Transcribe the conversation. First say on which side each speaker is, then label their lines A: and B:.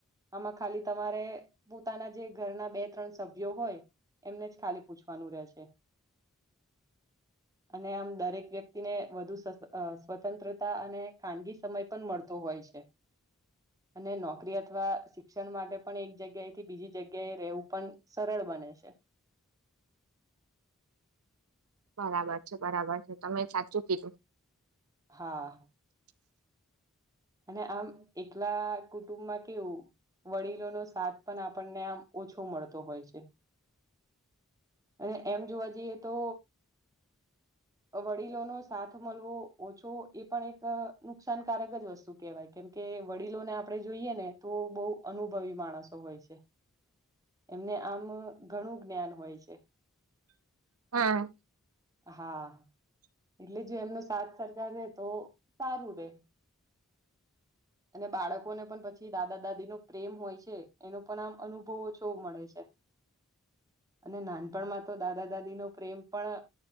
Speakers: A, on the right; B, on the right.
A: આમાં ખાલી તમારે પોતાના જે ઘરના બે- ત્રણ સભ્યો હોય. એમને જ ખાલી પૂછવાનું રહેશે. અને આમ દરેક વ્યક્તિ ને વધુ સ્વતંત્રતા અને ખાનગી સમય પણ મળતો હોય છે. <inaudible> અને નોકરી અથવા શિક્ષણ માટે પણ એક જગ્યાએથી બીજી જગ્યાએ રહેવું પણ સરળ બને છે.
B: બરાબર છે. બરાબર છે. તમે સાચું કીધું.
A: હા.
B: <inaudible>
A: અને આમ એકલા કુટુંબમાં કેવું વડીલોનો સાથ પણ આપણને આમ ઓછો મળતો હોય છે. અને એમ જોવા જઈએ તો વડીલો નો સાથ મળવો ઓછો એ પણ એક નુકસાનકારક જ વસ્તુ શું કેહેવાય? કેમ કે વડીલોને આપણે જોઈએ ને તો બહુ અનુભવી માણસો હોય છે. એમને આમ ઘણું જ્ઞાન હોય છે.
B: હા.
A: હા. એટલે જો એમનો સાથ સરકાર રે તો સારું રે. અને બાળકોને પણ પછી દાદા દાદી નો પ્રેમ હોય છે. એનો પણ આમ અનુભવ ઓછો મળે છે. અને નાનપણમાં તો દાદા દાદી નો પ્રેમ પણ